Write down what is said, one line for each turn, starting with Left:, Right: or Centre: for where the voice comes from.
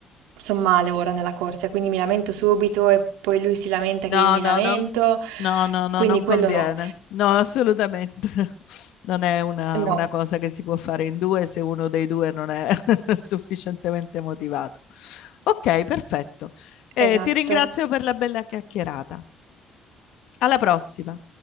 Right: son male ora nella corsa, quindi mi lamento subito e poi lui si lamenta che
Left: No,
Right: io mi
Left: no,
Right: lamento,
Left: non, no, no, no,
Right: quindi
Left: non
Right: quello
Left: conviene.
Right: no.
Left: No, assolutamente. <laughs> Non è una,
Right: No.
Left: una cosa che si può fare in due se uno dei due non è <laughs> sufficientemente motivato. Ok, perfetto. Eh,
Right: Esatto.
Left: ti ringrazio per la bella chiacchierata. Alla prossima.